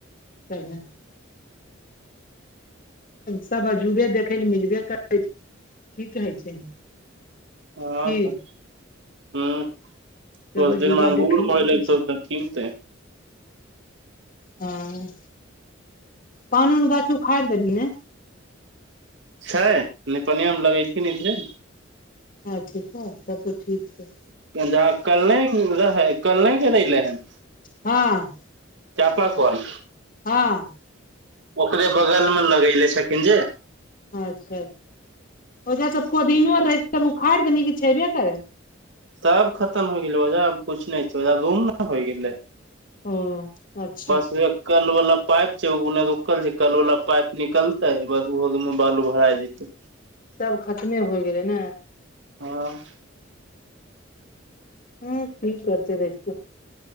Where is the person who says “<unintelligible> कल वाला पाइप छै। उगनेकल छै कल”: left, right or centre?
Right